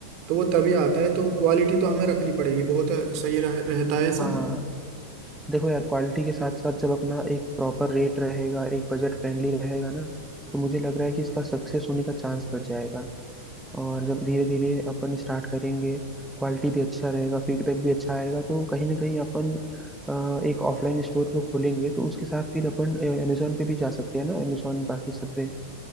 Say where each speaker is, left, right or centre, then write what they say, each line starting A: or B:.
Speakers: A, on the right (about 40°); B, in the centre.
A: तो वो तभी आता है तो क्वालिटी तो हमें रखनी पड़ेगी बहुत सही रह, रहता है ऐसा
B: हाँ देखो यार क्वालिटी के साथ साथ जब अपना एक प्रॉपर रेट रहेगा एक बजट फ्रेंडली रहेगा ना तो मुझे लग रहा है कि इसका सक्सेस होने का चांस बढ़ जाएगा और जब धीरे धीरे अपन स्टार्ट करेंगे क्वालिटी भी अच्छा रहेगा फीडबैक भी अच्छा आएगा तो कहीं ना कहीं अपन अ, एक ऑफलाइन स्टोर जो खोलेंगे तो उसके साथ फिर अपन अमेजोन पे भी जा सकते हैं ना अमेजोन बाकी सब पे